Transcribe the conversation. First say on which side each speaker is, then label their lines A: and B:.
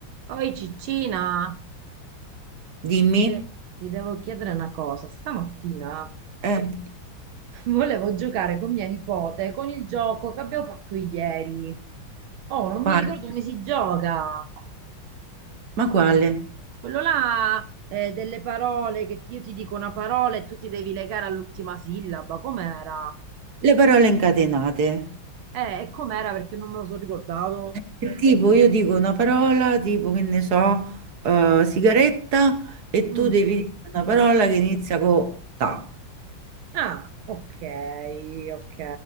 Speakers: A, on the right; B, on the right.
A: Oi Ciccina,
B: Dimmi,
A: Ti, de- ti devo chiedere una cosa. Stamattina
B: eh,
A: <laughs> volevo giocare con mia nipote con il gioco che abbiamo fatto ieri. Oh, non
B: quale?
A: mi ricordo come si gioca.
B: Ma quale?
A: Quello là, eh, delle parole che ti- io ti dico una parola e tu ti devi legare all'ultima sillaba. Com'era?
B: Le parole incatenate.
A: Eh, e com'era perché non me lo sono ricordato.
B: Che Tipo, io dico una parola, tipo che ne so, eh, sigaretta, e
A: Mm.
B: tu devi dire una parola che inizia con ta.
A: Ah, ok, ok.